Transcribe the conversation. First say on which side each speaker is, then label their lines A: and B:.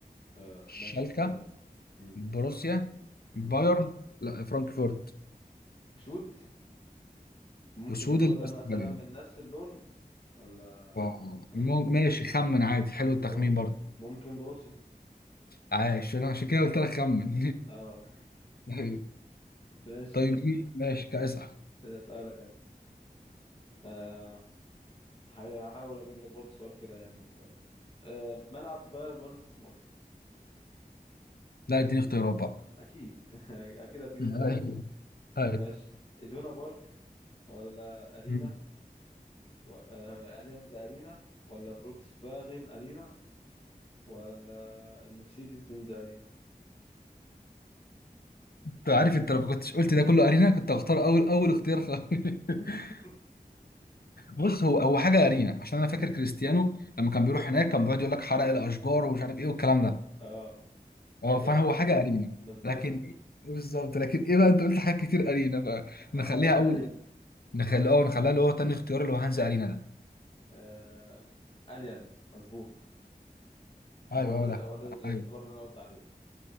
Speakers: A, on the left; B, on the left.
A: آه
B: الشالكة
A: ماشي اسألني مم.
B: بروسيا
A: مم.
B: بايرن لا فرانكفورت
A: اسود ممكن
B: اسود
A: ناخدها
B: الاستراليين
A: مثلا من نفس اللون ولا
B: اه
A: مم.
B: مو- ماشي خمن عادي حلو التخمين
A: مم.
B: برضه
A: ممكن بروسيا
B: عايش انا عشان كده قلت لك خمن
A: اه
B: <laughs>
A: <laughs> ماشي
B: طيب
A: أسأل.
B: إيه؟ ماشي كاسح
A: اسألك انا آه، هي- هحاول اجيب لك برضه سؤال كده يعني مثلا آه، ملعب بايرن ميونخ اسمه ايه؟
B: لا اديني اختيارات بقى
A: اكيد <laughs> اكيد هديك
B: <laughs>
A: اختيارات
B: هاي هاي
A: ماشي ادونا بارك ولا ارينا
B: مم.
A: و... آه، اليانز ارينا ولا فولكس فاغن ارينا ولا المرسيدس بنز ارينا
B: انت عارف انت لو ما كنتش قلت ده كله ارينا كنت هختار اول اول اختيار خالص <laughs>
A: <laughs>
B: بص هو هو حاجه ارينا عشان انا فاكر كريستيانو لما كان بيروح هناك كان بيقعد يقول لك حرق الاشجار ومش عارف ايه والكلام ده
A: اه
B: اه
A: هي
B: فانا هو حاجه ارينا
A: بالظبط
B: لكن ايه بالظبط لكن ايه بقى انت قلت حاجات كتير ارينا بقى
A: احنا
B: نخليها
A: قلنا تلاتة
B: اول
A: ارينا
B: نخلي اه نخليها اللي هو تاني اختيار اللي هو هانز ارينا ده
A: آه... اليانز مظبوط هو
B: ايوه
A: ده
B: هو ده
A: هو ده
B: ايوه
A: يعتبر اللي انا قلت عليه